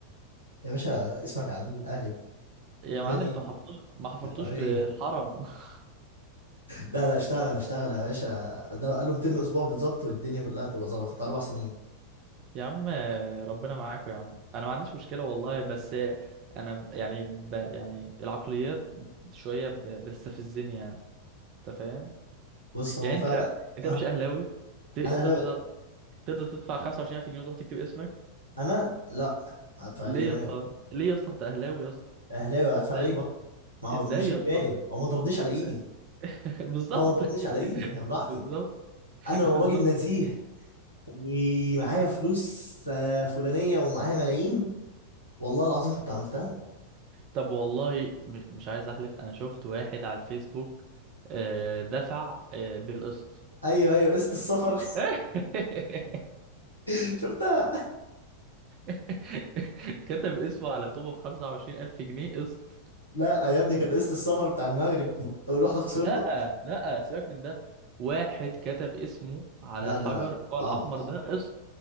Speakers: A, on the left; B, on the right.
A: يا باشا اسمك على النادي الاهلي
B: يا معلم
A: نادي
B: انتوا ما حفرتوش ما حفرتوش
A: حرية
B: في الحرم <laughs>
A: لا لا اشتغل اشتغل يا باشا ده قال له 200 اسبوع بالظبط والدنيا كلها هتبقى ظبطت اربع سنين
B: يا عم ربنا معاكم يا عم انا ما عنديش مشكله والله بس انا ب- يعني ب يعني العقليات شويه ب- بتستفزني يعني انت فاهم
A: بص هو
B: يعني
A: فعلا
B: انت انت
A: اه
B: مش اهلاوي ت- انت
A: انا اهلاوي
B: تقدر تقدر تدفع 25000 جنيه وتروح تكتب اسمك
A: انا لا هدفع
B: ليه
A: ليه انا
B: يا
A: مالي
B: اسطى ليه يا اسطى انت اهلاوي يا اسطى
A: اهلاوي
B: ازاي
A: هدفع ليه بقى ما هو
B: ازاي
A: مش اجباري
B: يا اسطى
A: هو ما ضربنيش على
B: ازاي
A: ايدي
B: <laughs> بالظبط
A: هو ما ضربنيش على
B: <laughs>
A: ايدي يعني براحتي
B: بالظبط
A: انا لو
B: بالظبط
A: راجل نزيه ومعايا فلوس آه، فلانية ومعايا ملايين والله العظيم كنت عملتها
B: طب والله م- مش عايز احلف انا شفت واحد على الفيسبوك آه، دفع آه، بالقسط
A: ايوه ايوه قسط السفر
B: <laughs>
A: <laughs> شفتها
B: <laughs> كتب اسمه على طوبة بخمسة وعشرين ألف جنيه قسط
A: لا يا ابني كان قسط السفر بتاع المغرب ورحنا خسرنا
B: لا لا سيبك من ده واحد كتب اسمه على
A: لا ده
B: حجر اللي هو
A: ده
B: الأحمر
A: عبط ده عبط
B: ده قسط